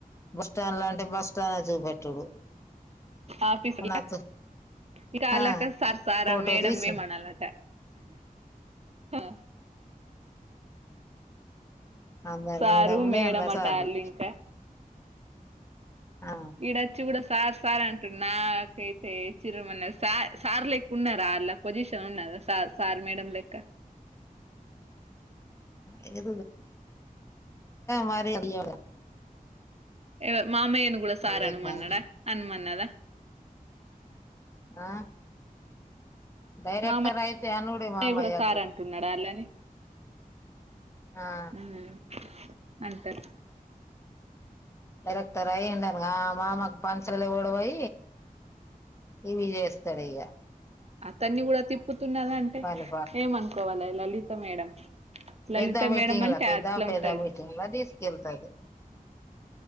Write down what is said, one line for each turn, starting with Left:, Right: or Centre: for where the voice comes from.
Left: బస్ స్టాండ్ లాంటి బస్ స్టాండ్ ల చూపెట్టుడు
Right: ఆఫీస్ ల
Left: నాతో
Right: ఇక అల్లకు
Left: ఆ
Right: సార్ సార్
Left: ఫోటో
Right: మేడం
Left: తీసి
Right: అనాలంట ఆ
Left: అందారు
Right: సారు
Left: మేడంలే
Right: మేడం
Left: అందారు
Right: అట
Left: సార్లే
Right: ఆళ్ళు ఇంకా
Left: ఆ
Right: ఈడచ్చి కూడా సార్ సార్ అంటు నాకైతే చిరుమన్నాది సార్ లేక్క ఉన్నారా అళ్ళ పొజిషన్ ఉన్నాద సార్ సార్ మేడం లెక్క
Left: అది మరి ఇంకా
Right: ఎవ మామయ్యను కూడా సార్
Left: అందుకని
Right: అనుమన్నాడా అనుమన్నద
Left: ఆ డైరెక్టర్
Right: మామయ్య
Left: అయితే అనుడే మామయ్య
Right: కూడా సార్ అంటున్నాడ వాళ్ళని
Left: ఆ
Right: ఉమ్ అంటా
Left: డైరెక్టర్ అయియండ అనుగా మామకు పంచలే గొడవై ఇవి చేస్తారు ఇక
Right: అతన్ని కూడా తిప్పుతున్నదంటే
Left: పని
Right: ఏమనుకోవలీ లలిత మేడం లలిత
Left: పెద్దా మీటింగ్లా
Right: మేడం అంటే
Left: పెద్దా
Right: అట్లా
Left: పెదా
Right: ఉంటది
Left: మీటింగ్లా తీసుకెళ్తాది